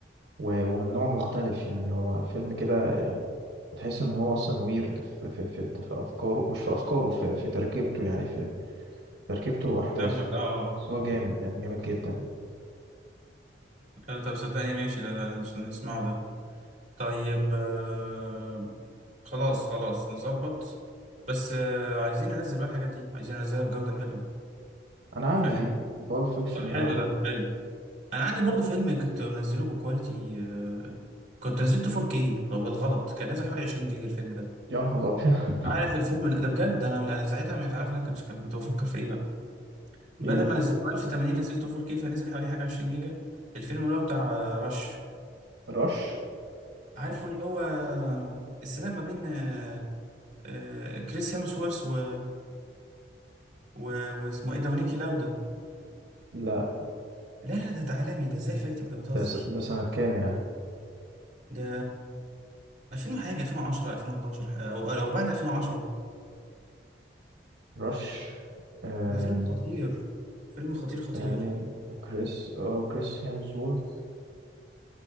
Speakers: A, on the right; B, on the right.
A: و... ومن نوع مختلف يعني هو فيلم كده يعني تحس ان هو اصلا ويرد في في في, في افكاره مش في افكاره في, في تركيبته يعني في تركيبته واحداثه
B: فاهمك اه آه.
A: بس هو جامد يعني جامد جدا
B: آه. لا، طب صدقني ماشي لا لا لا، عشان نسمعه ده طيب آه خلاص خلاص نظبط بس آه عايزين ننزل بقى الحاجات دي عايزين ننزلها بجودة حلوة
A: انا عندي
B: فاهم
A: بول فيكشن
B: طب حلو
A: ده عندي
B: ده حلو انا عندي برضه فيلم كنت منزله بكواليتي آه كنت نزلته 4K بالغلط كان نازل حوالي 20 جيجا الفيلم ده
A: يا نهار ابيض <laughs>
B: عارف الفيلم ده بجد انا انا ساعتها مش عارف انا كنت كنت بفكر في ايه بقى بدل
A: ايه
B: ما نزلته 1080 نزلته 4K فنزل حوالي حاجه 20 جيجا الفيلم اللي هو بتاع آه، رش
A: رش
B: عارفه اللي هو السباق ما بين آه، آه، كريس هيمسورث و... و... واسمه ايه ده ونيكي لاودا
A: لا
B: لا لا ده ده عالمي ده ازاي فايتك ده بتهزر
A: ده س... ده سنة كام يعني
B: ده 2000 وحاجه 2010 2011 ح- او او بعد 2010
A: رش آه...
B: ده فيلم خطير فيلم خطير خطير
A: دانيال كريس اه كريس هيمزورث